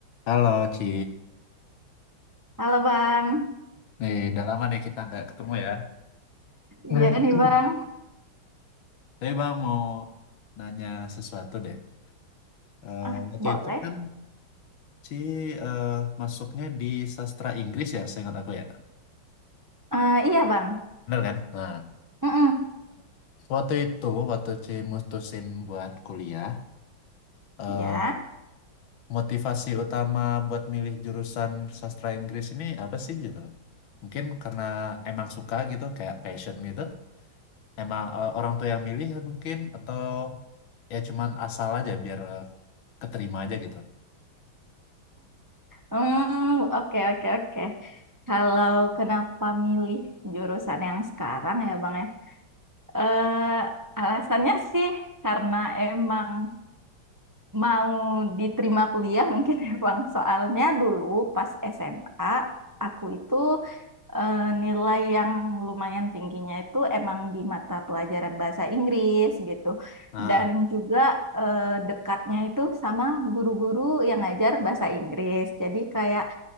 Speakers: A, on the left; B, on the right.
A: Halo Ci,
B: Halo Bang,
A: nih udah lama nih kita nggak ketemu ya. Hmm.
B: iya nih Bang,
A: Tapi Bang mau nanya sesuatu deh. Eh,
B: Ah,
A: waktu
B: boleh?
A: itu kan Ci eh, masuknya di sastra Inggris ya, seingat aku ya.
B: Eh, iya Bang,
A: Bener kan? Nah,
B: Mm-mm.
A: waktu itu waktu Ci mutusin buat kuliah, eh,
B: ya,
A: motivasi utama buat milih jurusan sastra Inggris ini apa sih gitu loh? Mungkin karena emang suka gitu, kayak passion gitu. Emang eh, orang tua yang milih mungkin atau ya cuman asal aja biar eh, keterima aja gitu.
B: Hmm, oke oke oke. Kalau kenapa milih jurusan yang sekarang ya Bang ya? Eh, alasannya sih karena emang mau diterima kuliah mungkin ya Bang. Soalnya dulu pas SMA aku itu eh, nilai yang lumayan tingginya itu emang di mata pelajaran bahasa Inggris gitu.
A: Nah,
B: Dan juga eh, dekatnya itu sama guru-guru yang ngajar bahasa Inggris. Jadi kayak